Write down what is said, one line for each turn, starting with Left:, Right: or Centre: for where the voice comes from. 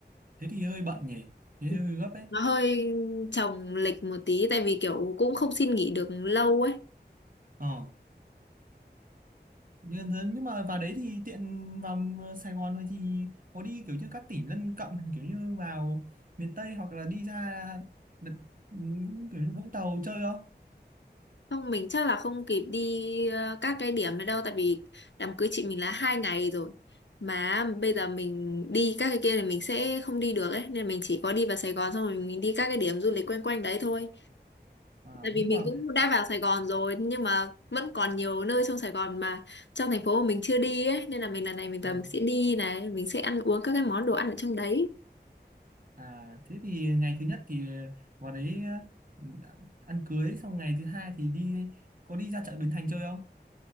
Right: thế thì hơi bận nhỉ thế
Left: Ừ.
Right: hơi gấp đấy
Left: nó hơi chồng lịch một tí tại vì kiểu cũng không xin nghỉ được lâu ấy
Right: ờ nhưng, nhưng mà vào đấy thì tiện vào ờ, Sài Gòn thôi thì có đi kiểu như các tỉnh lân cận kiểu như vào miền Tây hoặc là đi ra đợt, những kiểu như Vũng Tàu chơi không
Left: Không, mình chắc là không kịp đi ờ, các cái điểm này đâu tại vì đám cưới chị mình là hai ngày rồi mà bây giờ mình đi các cái kia thì mình sẽ không đi được ấy nên mình chỉ có đi vào Sài Gòn xong rồi mình đi các cái điểm du lịch quanh quanh đấy thôi
Right: à,
Left: tại vì
Right: nhưng
Left: mình
Right: mà
Left: cũng đã vào Sài Gòn rồi nhưng mà vẫn còn nhiều nơi trong Sài Gòn mà trong thành phố mà mình chưa đi ấy nên là mình lần này mình vào
Right: à,
Left: mình sẽ đi này mình sẽ ăn uống các cái món đồ ăn ở trong đấy
Right: à, thế thì ngày thứ nhất thì vào đấy ừ, ăn cưới xong ngày thứ hai thì đi có đi ra chợ Bến Thành chơi không